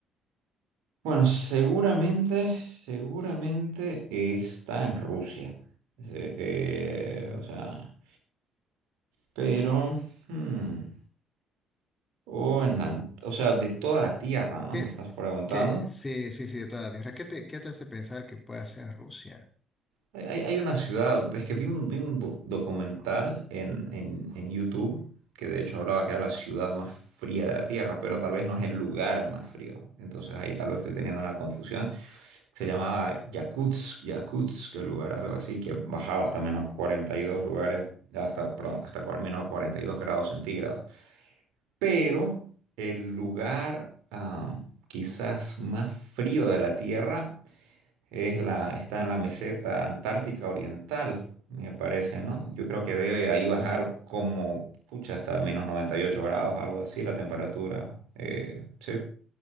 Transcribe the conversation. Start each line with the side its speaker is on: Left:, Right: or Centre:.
Right: bueno, seguramente, seguramente está en Rusia. Se- eh,
Left: Mm.
Right: o sea, pero. hmm, O en la, o sea, de toda la Tierra, ¿no?
Left: ¿Qué,
Right: Me estás preguntando.
Left: qué, sí, sí, sí, de toda la Tierra. ¿Qué te, qué te hace pensar que pueda ser Rusia?
Right: Hay, hay- hay una ciudad, es que vi un, vi un bu- documental en, en, en YouTube que de hecho hablaba que era la ciudad más fría de la Tierra, pero tal vez no es el lugar más frío. Entonces ahí tal vez estoy teniendo una confusión. Se llamaba Yakutsk, Yakutsk, el lugar, algo así, que bajaba hasta menos 42 lugares, hasta, perdón, hasta cua- menos 42 grados centígrados. pero el lugar ah, quizás más frío de la Tierra es la, está en la meseta antártica oriental, me parece, ¿no? Yo creo que debe ahí bajar
Left: Mm.
Right: como, pucha, hasta menos 98 grados, algo así, la temperatura. Eh, sí,